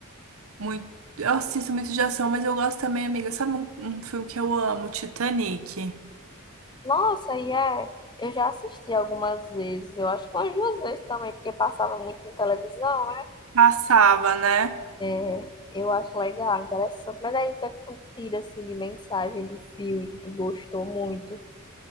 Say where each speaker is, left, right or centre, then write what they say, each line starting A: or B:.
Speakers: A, on the right (about 70°); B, on the left (about 20°).
A: muito, eu assisto muito de ação, mas eu gosto também, amiga, sabe um, um filme que eu amo, Titanic.
B: Nossa, e é. Eu já assisti algumas vezes, eu acho que umas duas vezes também, porque passava muito na televisão, né?
A: Passava, né?
B: É, eu acho legal, interessante. Mas aí o que é que tu tira assim de mensagem do filme que tu gostou muito?